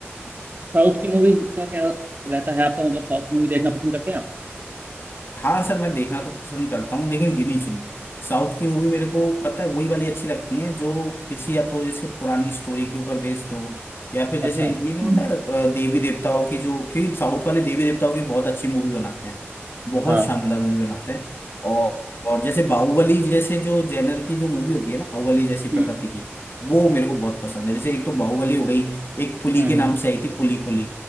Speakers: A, on the right; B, on the left.
A: साउथ की मूवीज का क्या रहता है आपका मतलब साउथ की मूवी देखना पसंद करते हैं आप
B: हाँ सर मैं देखना तो पसंद करता हूँ लेकिन गिनी चुनी साउथ की मूवी मेरे को पता है वही वाली अच्छी लगती है जो किसी या तो जैसे पुरानी स्टोरी के ऊपर बेस्ड हो या फिर
A: अच्छा
B: जैसे ये नहीं
A: हम्म।
B: होता है अ, देवी देवताओं की जो क्योंकि साउथ वाले देवी देवताओं की बहुत अच्छी मूवी बनाते हैं बहुत
A: हाँ
B: शानदार मूवी बनाते हैं और और जैसे बाहुबली जैसे जो जेनर की जो मूवी होती है ना बाहुबली जैसी
A: हम्म
B: प्रकृति की वो मेरे को बहुत पसंद है जैसे एक तो बाहुबली हो गई एक पुली
A: हम्म
B: के नाम
A: हम्म।
B: से आई थी पुली पुली